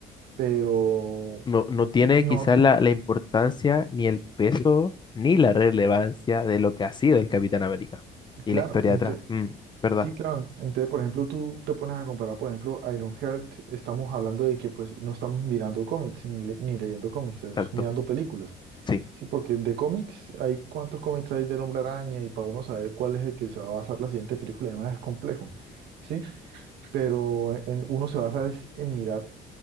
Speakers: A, on the right; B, on the left.
A: pero
B: No, no tiene
A: no,
B: quizás
A: t-
B: la, la importancia, ni el peso, ni la relevancia de lo que ha sido el Capitán América. Y
A: claro,
B: la historia
A: ente-
B: detrás Mm, ¿verdad?
A: sí, claro, entonces, por ejemplo, tú te pones a comparar, por ejemplo, Ironheart, estamos hablando de que pues no estamos mirando cómics ni, le- ni leyendo cómics, es
B: Exacto.
A: mirando películas.
B: Sí.
A: Sí, porque de cómics, ¿hay cuántos cómics hay del Hombre Araña? Y para uno saber cuál es el que se va a basar la siguiente película, además es complejo, ¿sí? Pero en- uno se basa es en mirar